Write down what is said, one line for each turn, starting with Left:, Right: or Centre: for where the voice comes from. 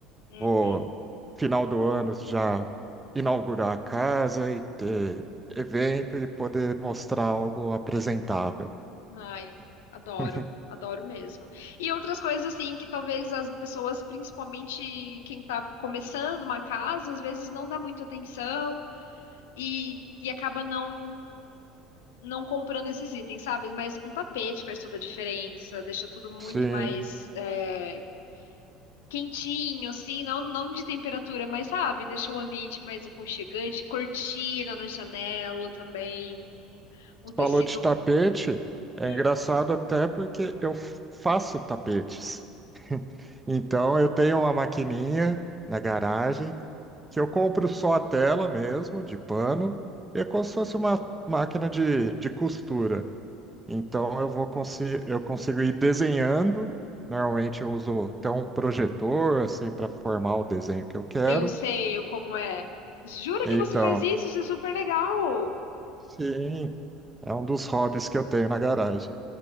Left: Uhum.
Right: Vou, final do ano, já inaugurar a casa e ter evento e poder mostrar algo apresentável.
Left: Ai, adoro,
Right: <laughs>
Left: adoro mesmo. E outras coisas assim que talvez as pessoas, principalmente quem tá começando uma casa, às vezes não dá muita atenção e, e acaba não não comprando esses itens, sabe? Mas um tapete faz toda a diferença, deixa tudo muito
Right: Sim,
Left: mais é, quentinho, assim, não, não de temperatura, mas sabe? Deixa o ambiente mais aconchegante, cortina na janela também, um, um tecido.
Right: falou de tapete, é
Left: hum,
Right: engraçado até porque eu faço tapetes. Então eu tenho uma maquininha na garagem que eu compro só a tela mesmo, de pano, e é como se fosse uma máquina de, de costura. Então eu vou conseguir, eu consigo ir desenhando. Normalmente eu uso até um projetor assim para formar o desenho que eu quero.
Left: eu sei como é. Jura
Right: Então,
Left: que você faz isso? Isso é super legal!
Right: sim, é um dos hobbies que eu tenho na garagem.